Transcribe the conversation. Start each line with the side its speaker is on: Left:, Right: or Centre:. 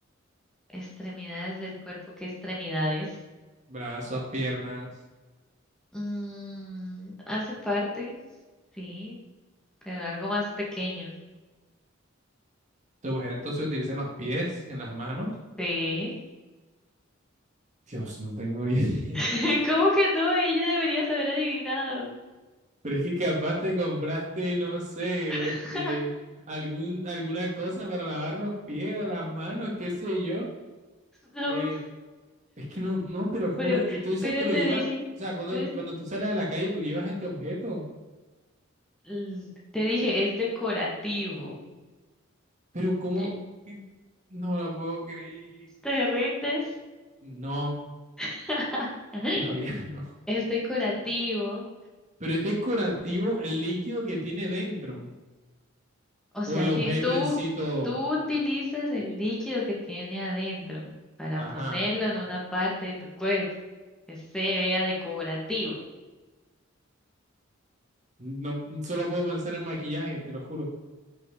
Centre: Extremidades del cuerpo, ¿qué extremidades?
Right: brazos, piernas.
Centre: Mm, hace parte, sí, pero algo más pequeño.
Right: Tu objeto se utiliza en los pies, en las manos.
Centre: Sí.
Right: Dios, no tengo ni idea.
Centre: <laughs>
Right: <laughs>
Centre: ¿Cómo que no? Ella debería haber adivinado.
Right: Pero es que capaz te compraste, no sé,
Centre: <laughs>
Right: este, algún, alguna cosa para lavar los pies o las manos, qué sé yo.
Centre: No,
Right: Eh, Es que no, no, te lo juro.
Centre: pero,
Right: Y tú dices
Centre: pero
Right: que lo
Centre: te
Right: llevas,
Centre: dije,
Right: o sea, cuando,
Centre: pues,
Right: cuando tú sales a la calle, tú llevas este objeto.
Centre: l- te dije, es decorativo.
Right: Pero ¿cómo?
Centre: Ye-
Right: Y No lo puedo creer.
Centre: ¿Te rindes?
Right: No,
Centre: <laughs>
Right: todavía <laughs> no.
Centre: Es decorativo.
Right: Pero es decorativo el líquido que tiene dentro.
Centre: O sea,
Right: O el
Centre: si
Right: objeto
Centre: tú,
Right: en sí todo.
Centre: tú utilizas el líquido que tiene adentro para
Right: Ajá.
Centre: ponerlo en una parte de tu cuerpo, que se vea decorativo.
Right: No, solo puedo pensar en maquillaje, te lo juro.